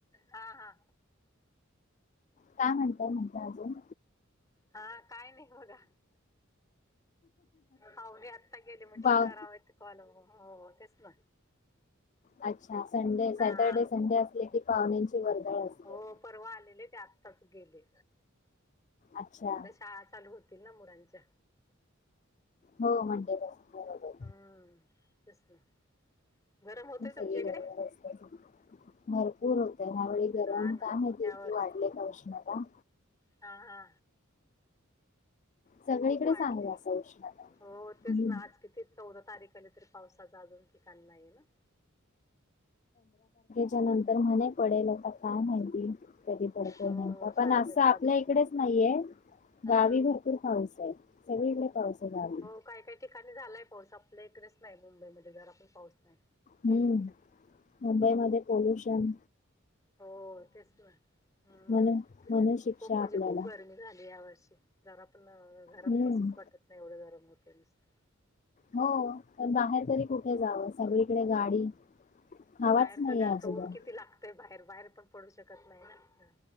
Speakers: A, on the left; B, on the left.
A: हा हा
B: काय म्हणताय म्हणताय अजून
A: हा काय नाही बघा पाहुणे आत्ता गेली म्हंटलं
B: पाव
A: करावेत कॉल हो तेच म
B: अच्छा संडे
A: हा
B: सॅटरडे संडे असले की पाहुण्यांची वर्दळ असते
A: हो परवा आलेले ते आत्ताच गेले
B: अच्छा
A: उद्या शाळा चालू होती. शाळा सुरू होतील मुलांच्या.
B: हो मंडे पासून बरोबर
A: हम्म तस ना गरम होतय
B: खूप
A: तुमच्याकडे?
B: सगळी गडबड असते भरपूर होतय ह्यावेळी गरम
A: हा ना
B: काय माहिती
A: या
B: इतकी
A: वर्षी
B: वाढले का उष्णता
A: हा हा
B: सगळीकडेच
A: खूप वाढली
B: आहे असं उष्णता
A: हो तेच
B: हम्म
A: ना आज किती चौदा तारीख आली तरी पावसाचा अजून त काल नाही ये ना
B: त्याच्या नंतर मणे पडेल आता काय माहिती कधी पडतोय
A: हो
B: नाही का पण
A: काय
B: असं
A: माहित
B: आपल्या
A: कधी पण
B: इकडेच नाहीये
A: हा
B: गावी भरपूर पाऊस आहे. सगळीकडे पाऊस आहे गावी
A: हो काय काही ठिकाणी झालाय पाऊस आपल्या इकडेच नाही मुंबईमध्ये जरा पण पाऊस नाही.
B: हम्म मुंबईमध्येध्ये पॉल्युशन
A: हो तेच ना हम्म
B: म्हणून म्हणून शिक्षा
A: खूप म्हणजे
B: आपल्याला
A: खूप गरमी झाली. या वर्षी जरा पण घरात
B: हम्म
A: बसूच वाटत नाही एवढं गरम होते नुसत.
B: हो पण बाहेर तरी कुठे जावं सगळीकडे गाडी हवाच
A: बाहेर
B: नाहीये
A: तर जास्त
B: अजिबात
A: ऊन किती लागतय बाहेर बाहेर पण पडू शकत नाही ना